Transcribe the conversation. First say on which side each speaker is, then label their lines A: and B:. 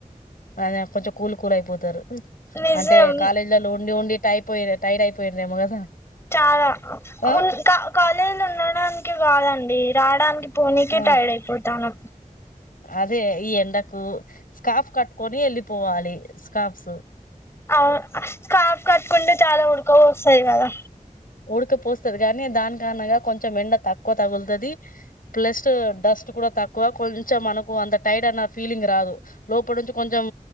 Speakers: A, on the left; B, on the left.
A: అద కొంచెం కూల్ కూల్ అయిపోతారు
B: నిజం
A: అంటే కాలేజీలలో ఉండి ఉండి టైపోయి టైడ్ అయిపో పోయిన్రెమో కదా
B: చాలా
A: ఆ
B: ఉన్ క కాలేజ్లో ఉండడానికి కాదండి రాడానికి పోనీకే
A: ఆ
B: టైర్డ్ అయ్పోతాను
A: అదే ఈ ఎండకు స్కార్ఫ్ కట్టుకొని ఎళ్లిపోవాలి స్కార్ఫ్సు
B: అ స్కార్ఫ్ కట్టుకుంటే చాలా ఉడక పోస్తతది కదా
A: ఉడకపోస్తది కానీ దాని కారణంగా కొంచెం ఎండ తక్కువ తగులుతది ప్లస్ డస్ట్ కూడా తక్కువ కొంచెం మనకు అంత టైడ్ అన్న ఫీలింగ్ రాదు లోపల నుంచి కొంచెం